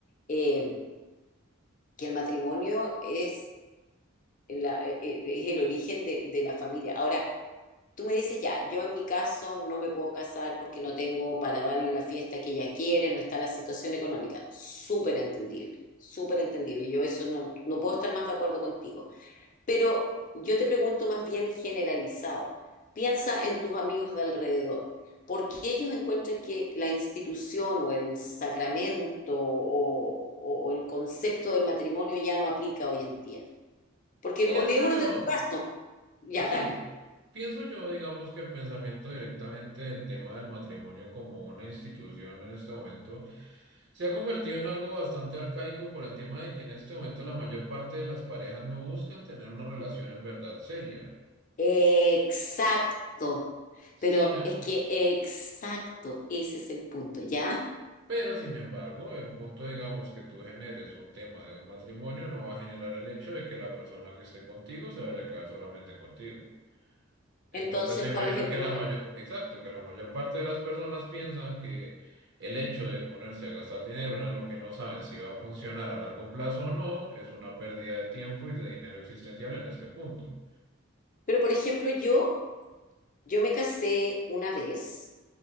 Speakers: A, on the left; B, on the right.
A: eh, que el matrimonio es, la- eh, eh, es el origen de, de la familia. Ahora, tú me dices, ya, yo en mi caso no me puedo casar porque no tengo para darle la fiesta que ella quiere, no está la situación económica. Súper entendible, súper entendible. Yo eso no, no puedo estar más de acuerdo contigo. Pero yo te pregunto más bien generalizado. Piensa en tus amigos de alrededor. ¿Por qué ellos encuentran que la institución o el sacramento o, o el concepto del matrimonio ya no aplica hoy en día? Porque
B: Pienso
A: olvidémonos
B: yo,
A: de tu caso. Ya,
B: sí,
A: dale.
B: pienso yo, digamos, que el pensamiento directamente del tema del matrimonio como una institución en este momento se ha convertido en algo bastante arcaico por el tema de que en este momento la mayor parte de las parejas no buscan tener una relación en verdad seria.
A: Exacto.
B: Sin,
A: Pero
B: e
A: es que exacto, ese es el punto, ¿ya?
B: Pero, sin embargo, el punto, digamos, que tú generes un tema de un matrimonio no va a generar el hecho de que la persona que esté contigo se vaya a quedar solamente contigo. Entonces,
A: Entonces,
B: me
A: ¿cuál
B: imagino
A: es el
B: que
A: problema?
B: la mayor, exacto, que la mayor parte de las personas piensan que el hecho de ponerse a gastar dinero en algo que no saben si va a funcionar a largo plazo o no es una pérdida de tiempo y de dinero existencial en este punto.
A: Pero, por ejemplo, yo, yo me casé una vez,